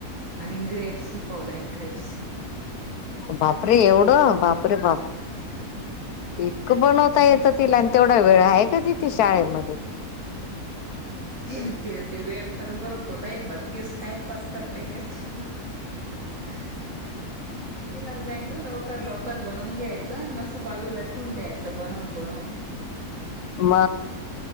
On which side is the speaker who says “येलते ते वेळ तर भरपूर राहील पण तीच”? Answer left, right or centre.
Right